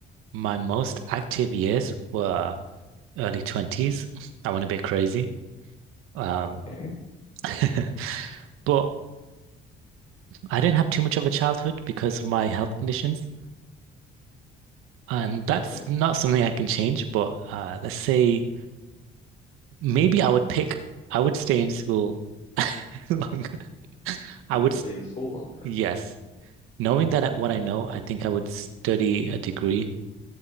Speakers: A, on the right; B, on the left.
A: my most active years were early 20s. I went a bit crazy. Um,
B: Okay.
A: <laughs> but I didn't have too much of a childhood because of my health conditions. And that's
B: Okay.
A: not something I can change, but uh, let's say maybe I would pick, I would stay in school <laughs> longer.
B: you
A: I would,
B: would have
A: s-
B: stayed in school longer.
A: yes, knowing that I- what
B: Okay.
A: I know, I think I would study a degree